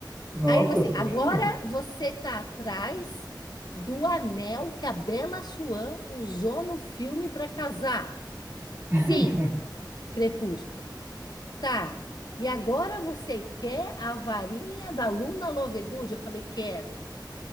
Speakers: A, on the right; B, on the left.
A: Nossa,
B: Aí ele falou assim:
A: sério?
B: agora você está atrás do anel que a Bella Swan usou no filme para casar.
A: <laughs>
B: Sim, Crepúsculo. Tá. E agora você quer a varinha da Luna Lovegood? Eu falei: quero.